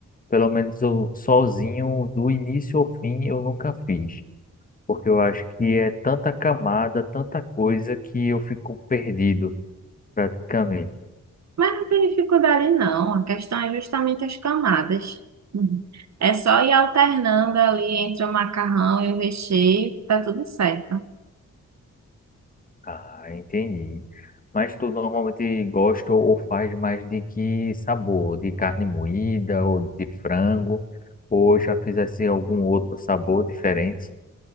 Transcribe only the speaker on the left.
Pelo menos eu sozinho, do início ao fim, eu nunca fiz. Porque eu acho que é tanta camada, tanta coisa que eu fico perdido, praticamente.
Ah, entendi. Mas tu normalmente gosta ou faz mais de que sabor? De carne moída ou de frango? Ou já fizesse algum outro sabor diferente?